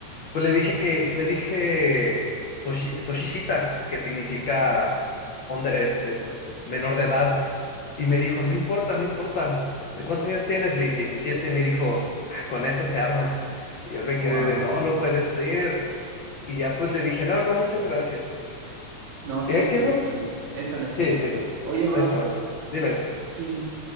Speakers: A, on the left; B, on the right.
A: Pues le dije que, le dije toshi- Toshishita, que significa onda- este, pues, es- menor de edad. Y me dijo, no importa, no importa. ¿De cuántos años tienes? Le dije, diecisiete Y me dijo, "Ah, con eso se arma. Y yo me
B: Wow.
A: quedé de, no, no puede ser. Y ya pues le dije, no, no, muchas gracias.
B: No, sí,
A: ¿Y ahí
B: eso
A: quedó?
B: no está bien. Eso no está
A: Sí,
B: bien.
A: sí, no.
B: Oye, bro,
A: Eso no está. Dime.
B: y,